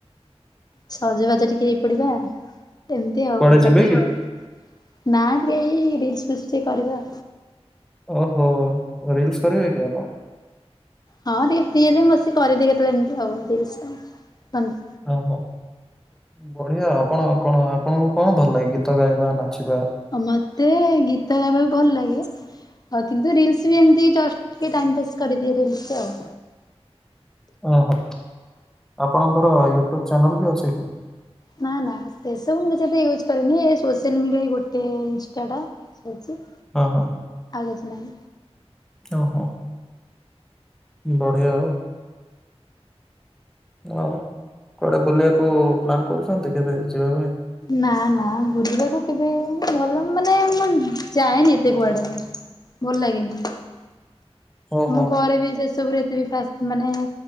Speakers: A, on the left; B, in the centre.
A: ସଜବାଜ ଟିକେ ହେଇପଡିବା ଏମିତି ଆଉ
B: କୁଆଡେ
A: ଚାଲିଚି
B: ଯିବେ କି?
A: ଆଉ। ନା ଟିକେ ଏଇ ରିଲସ ଫିଲ୍ସ ଟିକେ କରିବା।
B: ଓହୋ, ରିିଲ୍ସ କରିବେ କି ଆପଣ?
A: ହଁ ଟିକେ ଫ୍ରୀ ହେଲେ ମୁଁ ବସିକି କରିଦିଏ କେତେବେଳେ ଏମିତି ଆଉ, ରିଲ୍ସ ଆଉ
B: ଓହୋ। ବଢିଆ ଆପଣ କଣ, ଆପଣଙ୍କୁ କଣ ଭଲ ଲାଗେ? ଗୀତ ଗାଇବା ନାଚିବା।
A: ମତେ ଗୀତ ଗାଇବାକୁ ଭଲ ଲାଗେ। ଆ କିନ୍ତୁ ରିଲ୍ସ ବି ଏମିତି ଜଷ୍ଟ ଟିକେ ଟାଇମପାସ୍ କରିଦିଏ ରିଲସରେ ଆଉ।
B: ଓହୋ, ଆପଣଙ୍କର ୟୁଟ୍ୟୁବ ଚ୍ୟାନେଲ ବି ଅଛି କି?
A: ନା ନା ସେସବୁ ମୁଁ ୟୁଜ୍ କରେନି, ଏ ସୋସିଆଲ ମିଡିଆ ଗୋଟେ ଇନଷ୍ଟା ଟା। ଶୋଇଚି।
B: ହଁ ହଁ।
A: ଆଉ କିଛି ନାହିଁ।
B: ଓହୋ। ବଢିଆ ଆଉ। ଆଉ କୁଆଡେ ବୁଲିବାକୁ ପ୍ଲାନ୍ କରୁଚନ୍ତି କେବେ ଯିବା ପାଇଁ?
A: ନା ମ ବୁଲିବାକୁ କେବେ ଭଲ, ମାନେ ମୁଁ ଯାଏନି ଏତେ କୁଆଡେ। ଭଲ ଲାଗେନି।
B: ଓହୋ
A: ଆମ ଘରେ ବି ସେ ସବୁରେ ଏତେ ବି ଫାସ ମାନେ,